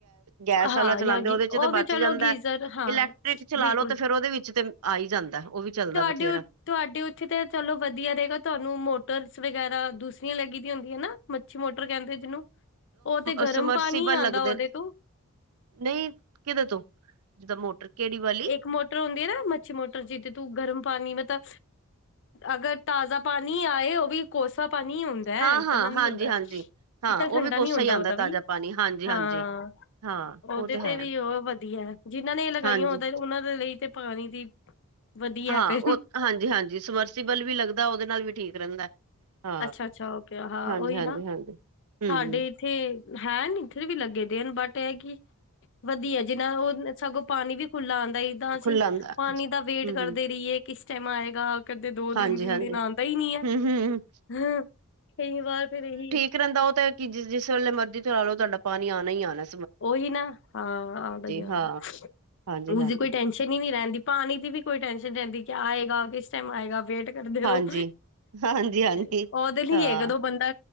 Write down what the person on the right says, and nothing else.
ਗੈਸ
ਵਾਲਾ ਚਲਾਉਂਦੇ
ਉਹਦੇ ਚ
ਤਾਂ ਬਚ
ਜਾਂਦਾ
ਇਲੈਕਟ੍ਰਿਕ ਚਲਾ
ਲੋ ਤੇ ਫਿਰ ਉਹਦੇ ਵਿੱਚ ਤੇ ਆ ਹੀ ਜਾਂਦਾ ਉਹ ਵੀ ਚੱਲਦਾ
ਬਥੇਰਾ
ਸਮਰਸੀਬਲ
ਲੱਗਦੇ
ਨੇ
ਨਹੀਂ ਕਿਦੇ ਤੋਂ ਜਿੱਦਾਂ ਮੋਟਰ ਕਿਹੜੀ ਵਾਲੀ
ਹਾਂ-ਹਾਂ,
ਹਾਂਜੀ-ਹਾਂਜੀ।
ਹਾਂ
ਉਹ
ਵੀ
ਕੋਸਾ
ਹੀ
ਆਂਦਾ
ਤਾਜ਼ਾ ਪਾਣੀ ਹਾਂਜੀ-ਹਾਂਜੀ
ਹਾਂ
ਉਹ ਹੈ
ਹਾਂਜੀ।
ਹਾਂ
ਉਹ ਹਾਂਜੀ ਹਾਂਜੀ ਸਵਰਸੀਬਲ ਵੀ ਲੱਗਦਾ ਉਹਦੇ ਨਾਲ ਵੀ ਠੀਕ ਰਹਿੰਦਾ ਹਾਂ।
ਹਾਂਜੀ-ਹਾਂਜੀ-ਹਾਂਜੀ
ਹੂੰ-ਹੂੰ
ਖੁੱਲਾ ਆਂਦਾ
ਹੂੰ-ਹੂੰ
ਹਾਂਜੀ-ਹਾਂਜੀ
ਹੂੰ-ਹੂੰ
ਜਿੱਥੇ ਰਹਿੰਦਾ ਉਹ ਤਾਂ ਕਿ ਜਿਸ ਜਿਸ ਵੇਲੇ ਮਰਜ਼ੀ ਚਲਾ ਲਓ ਤੁਹਾਡਾ ਪਾਣੀ ਆਉਣਾ ਹੀ ਆਉਣਾ
ਹਾਂ ਹਾਂਜੀ-ਹਾਂਜੀ,
ਹਾਂਜੀ।
ਹਾਂਜੀ-ਹਾਂਜੀ
ਹਾਂ